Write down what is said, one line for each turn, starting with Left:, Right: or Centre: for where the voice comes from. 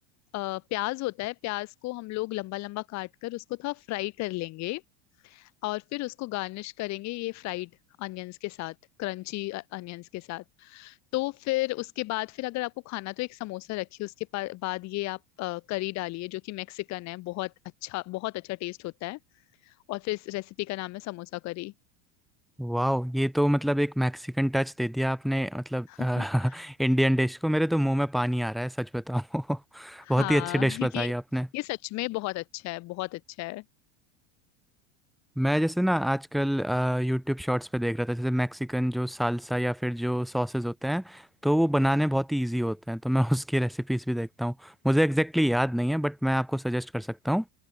Left: अ, प्याज होता है प्याज को हम लोग लंबा लंबा काट कर उसको थोड़ा फ्राई कर लेंगे और फिर उसको गार्निश करेंगे ये फ्राइड अनियंस के साथ क्रंची अनियंस के साथ तो फिर उसके बाद फिर अगर आपको खाना तो एक समोसा रखिए उसके पा- बाद ये आप अ, करी डालिए जो कि मैक्सिकन है बहुत अच्छा बहुत अच्छा टेस्ट होता है और फिर इस रेसिपी का नाम है समोसा करी
Centre: वाह ये तो मतलब एक मैक्सिकन टच दे दिया आपने मतलब
Left: <laughs>
Centre: इंडियन डिश <laughs> को मेरे तो मुंह में पानी आ रहा है सच बताऊँ <laughs> बहुत
Left: हाँ
Centre: ही अच्छी डिश बताई
Left: ये
Centre: आपने
Left: ये सच में बहुत अच्छा है बहुत अच्छा है
Centre: मैं जैसे ना आजकल यूट्यूब शॉर्ट्स पे देख रहा था जैसे मैक्सिकन जो सालसा या फिर जो सॉसेज होते हैं तो वो बनाने बहुत ही ईजी होते हैं तो मैं <laughs> उसकी रेसिपीज भी देखता हूँ मुझे एग्जैक्टली exactly याद नहीं है बट मैं आपको सजेस्ट कर सकता हूँ